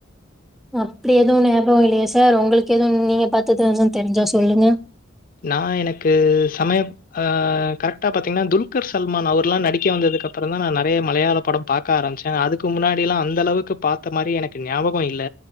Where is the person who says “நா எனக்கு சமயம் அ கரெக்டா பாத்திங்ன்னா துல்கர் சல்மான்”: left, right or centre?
Left